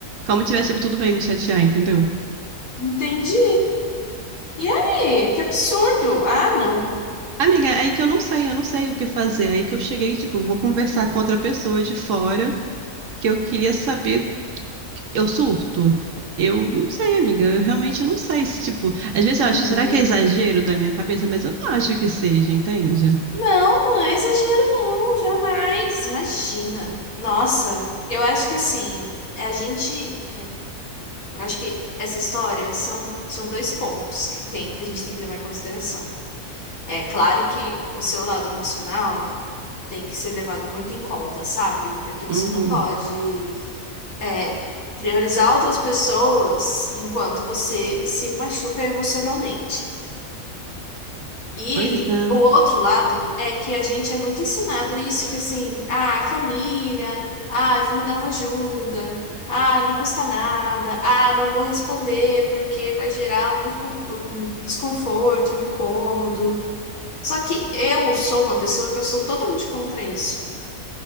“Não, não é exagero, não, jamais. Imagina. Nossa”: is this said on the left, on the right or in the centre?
Left